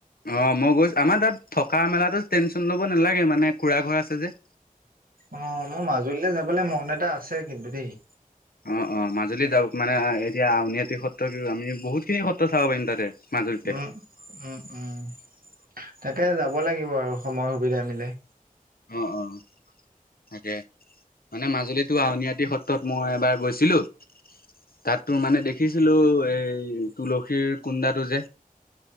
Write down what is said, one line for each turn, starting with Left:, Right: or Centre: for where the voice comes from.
Left: অ মই গৈছো আমাৰ তাত থকা মেলাতো টেনশ্যন ল'ব নালাগে মানে খুৰা ঘৰ আছে যে।
Right: অ মোৰ মাজুলীলে যাবলৈ মন এটা আছে কিন্তু দেই।
Left: অ অ মাজুলিত যাব মানে এতিয়া আউনীআটি সত্ৰ কি আমি বহুত খিনি সত্ৰ চাব পাৰিম তাতে। মাজুলীতে।
Right: উম উম উম তাকে যাব লাগিব আৰু সময় সুবিধা মিলাই।
Left: অ অ তাকে মানে মাজুলীতটো আউনীআতি সত্ৰত মই এবাৰ গৈছিলো। তাত তো মানে দেখিছিলো এই তুলসীৰ কুণ্ন্দাটো যে।